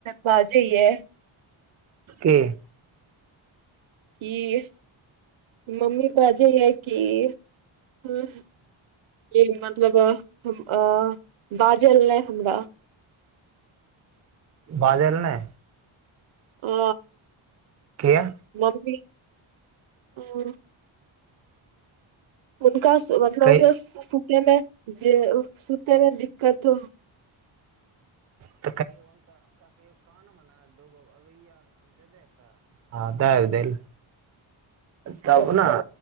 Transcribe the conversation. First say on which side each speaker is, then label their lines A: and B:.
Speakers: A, on the right; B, on the right.
A: बाजे ह है
B: के
A: क मम्मी बाजे यै की हँ ई मतलब अ बाजल नहि हमरा
B: बाजल नहि
A: ओ
B: किया
A: मन्दी क मतलब
B: कै
A: ओकररा सुूतनेमे जे सुूतमे दिक्कत हो
B: <unintelligible> हँ तऽ द तब
A: अच्छा
B: ने।